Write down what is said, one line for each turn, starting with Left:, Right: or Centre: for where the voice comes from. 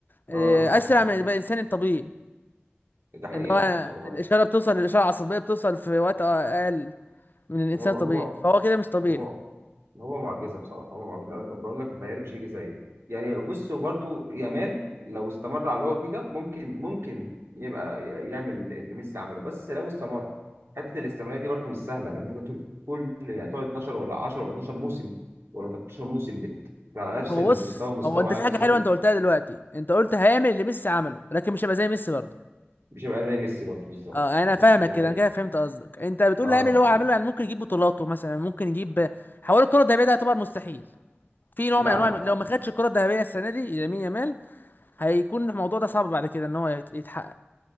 Left: آه،
Right: اه
Left: اسرع
Right: اه
Left: من الانسان الطبيعي
Right: آه. ده حقيقه
Left: ان هو
Right: بص هو
Left: الإشارة بتوصل الإشارة العصبية بتوصل في وقت اقل من الانسان
Right: هو
Left: الطبيعي
Right: هو
Left: فهو كده مش طبيعي
Right: هو هو معجزه بصراحه هو معجزه انا بقول لك متهيألي مش هيجي زيه يعني بص وبرده يامال لو استمر على اللي هو فيه ده ممكن ممكن يبقى يعمل اللي ميسي عمله بس لو استمر حته الاستمراريه دي برده مش سهله ان انت تقعد كل يعني تقعد 12 ولا 10 ولا 12 موسم ولا 13 موسم بت على نفس
Left: هو
Right: المستوى
Left: بص
Right: مستوى
Left: هو انت
Right: عالي
Left: في حاجه
Right: وثابت
Left: حلوه انت قلتها دلوقتي انت قلت هيعمل اللي ميسي عمله لكن مش هيبقى زي ميسي برضه
Right: مش هيبقى زي ميسي برده بالظبط
Left: اه
Right: بالظبط
Left: انا فاهمك
Right: ده
Left: كده
Right: حقيقي
Left: انا كده فهمت قصدك انت بتقول
Right: اه
Left: هيعمل اللي هو
Right: اه
Left: عامله يعني ممكن يجيب بطولاته مثلا ممكن يجيب حوار الكره الذهبيه ده يعتبر مستحيل في نوع
Right: لا
Left: من انواع
Right: لا
Left: لو
Right: لا
Left: ما خدش الكره الذهبيه السنه دي لامين يامال هيكون الموضوع ده صعب بعد كده ان هو يت- يتحقق